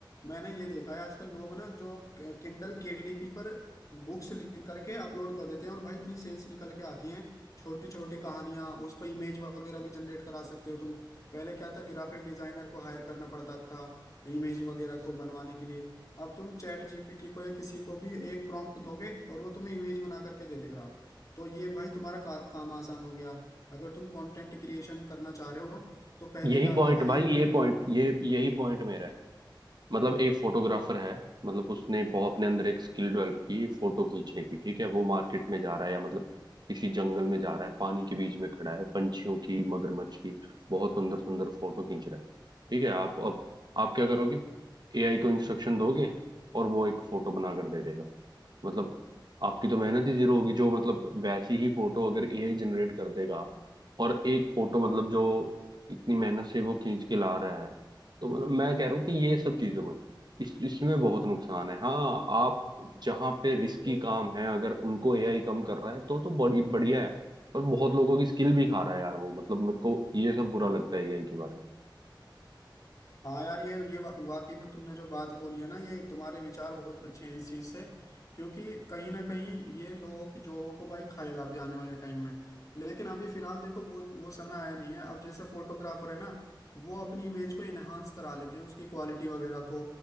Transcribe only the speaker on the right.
यही
पॉइंट
भाई ये पॉइंट ये यही पॉइंट मेरा है मतलब एक फोटोग्राफर है मतलब उसने बहुत अपने अंदर एक स्किल डेवलप की फोटो खींचने की ठीक है वो मार्केट में जा रहा है या मतलब किसी जंगल में जा रहा है पानी के बीच में खड़ा है पंछियों की मगरमच्छ की बहुत सुंदर सुंदर फोटो खींच रहा है ठीक है आप अब आप क्या करोगे एआई को इंस्ट्रक्शन दोगे और वो एक फोटो बना कर दे देगा मतलब आपकी तो मेहनत ही जीरो होगी जो मतलब वैसी ही फोटो अगर एआई जनरेट कर देगा और एक फोटो मतलब जो इतनी मेहनत से वो खींच के ला रहा है तो मतलब मैं कह रहा हूँ कि ये सब चीजों में इस इसमें बहुत नुकसान है हाँ आप जहाँ पे रिस्की काम है अगर उनको एआई कम कर रहा है तो तो बड़ी बढ़िया है पर बहुत लोगों की स्किल भी खा रहा है यार वो मतलब मेरे को ये सब बुरा लगता है एआई के बारे